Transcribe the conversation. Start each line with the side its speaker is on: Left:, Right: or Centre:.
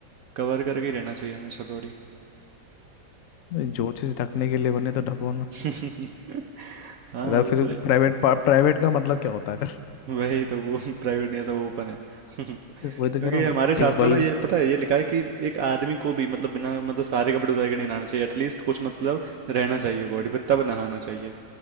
Right: कवर करके ही रहना चाहिए हमेशा बॉडी
Left: भाई जो चीज़ ढकने के लिए बने तो ढको ना
Right: <laughs> हाँ
Left: अगर
Right: वो
Left: फिर
Right: तो है
Left: प्राइवेट प्राइवेट का मतलब क्या होता है फिर
Right: वही तो वो <laughs> प्राइवेट नहीं है सब ओपन है <laughs>
Left: <laughs> वही
Right: क्योंकि
Left: तो कह रहा हूँ
Right: हमारे शास्त्रों
Left: एक वल्ग
Right: में ये पता है ये लिखा है कि एक आदमी को भी मतलब बिना मतलब सारे कपड़े उतार के नहीं नहाना चाहिए एटलीस्ट कुछ मतलब रहना चाहिए बॉडी पे तब नहाना चाहिए